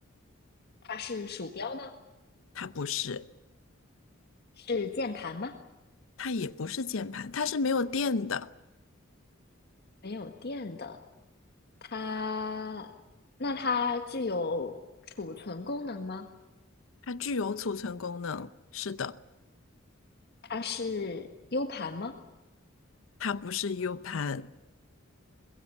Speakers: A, on the left; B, on the left.
A: 它是鼠标吗？
B: 它不是，
A: 是键盘吗？
B: 它也不是键盘，它是没有电的，
A: 没有电的。它，那它具有储存功能吗？
B: 它具有储存功能。是的，
A: 它是 U 盘吗？
B: 它不是 U 盘。